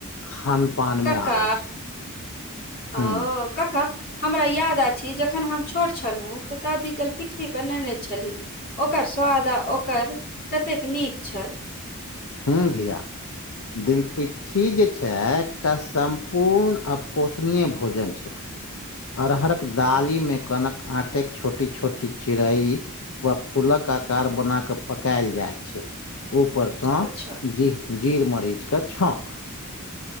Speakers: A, on the left; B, on the left.
A: खान पान
B: कका
A: मे आबै छै
B: ओ
A: हूँ
B: कका हमरा याद अछि। जखन हम छोट छलहुँ। तऽ दादी दलपिट्ठी बनेने छली। ओकर स्वाद आ ओकर कतेक नीक छल।
A: हू धिया। दिलपिट्ठी जे छै। एकटा सम्पूर्ण आ पोषणीय भोजन छै।
B: <inaudible>
A: अरहरक दालिमे कनक आटेक छोटी - छोटी चिड़ई व फूलक आकार बना कऽ पकायल जाय छै। ऊपरसँ
B: अच्छा
A: जी - जीर मरीच केँ छौक